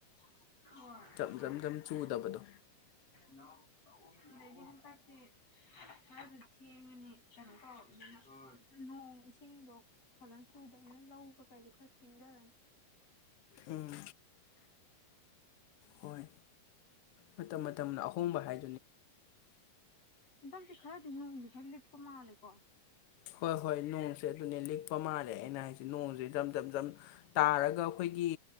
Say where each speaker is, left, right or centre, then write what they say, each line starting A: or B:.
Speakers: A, on the left; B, on the left.
A: <unintelligible>
B: ꯖꯝ ꯖꯝ ꯖꯝ ꯆꯨꯗꯕꯗꯣ
A: ꯃꯗꯤ ꯍ ꯄꯁꯤ ꯃꯥꯁꯨ ꯊꯦꯡꯉꯅꯤ ꯀꯩꯅꯣ ꯇꯧꯔꯕꯅꯤꯅ ꯅꯣꯡ ꯏꯁꯤꯡꯗꯣ ꯐꯖꯅ ꯁꯨꯗꯃꯅ ꯂꯧꯕ ꯀꯩꯁꯨ ꯈꯔ ꯊꯦꯡꯊꯔꯅꯤ
B: ꯎꯝ
A: <unintelligible>
B: ꯍꯣꯏ ꯃꯇꯝ ꯃꯇꯝꯅ ꯑꯍꯣꯡꯕ ꯍꯥꯏ
A: ꯃꯇꯝꯇꯪꯗꯤ ꯈꯔꯗꯤ ꯅꯣꯡꯁꯦ ꯈꯔ ꯂꯤꯛꯄ ꯃꯥꯜꯂꯦꯀꯣ
B: ꯍꯣꯏ ꯍꯣꯏ ꯅꯣꯡꯁꯦ ꯑꯗꯨꯅꯦ ꯂꯤꯛꯄ ꯃꯥꯜꯂꯦ ꯑꯩꯅ ꯍꯥꯏꯁꯦ ꯅꯣꯡꯁꯦ ꯗꯖꯝ ꯇꯝ ꯝ ꯇꯥꯔꯒ ꯑꯩꯈꯣꯏꯒꯤ